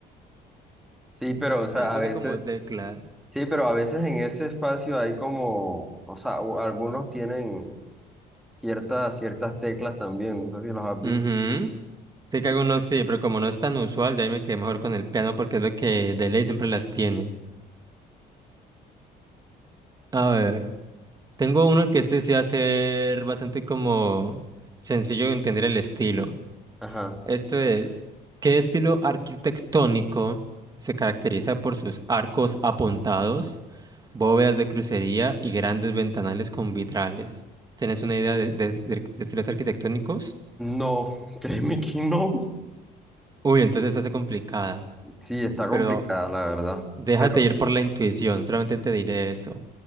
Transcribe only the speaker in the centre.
Sí, pero o sea,
a veces...
Sí, pero a veces en ese espacio hay como, o sea, o- algunos tienen ciertas, ciertas teclas también, no sé si los has
visto.
Ajá.
No, <laughs> créeme que no.
Sí, está complicada,
la verdad.
Pero,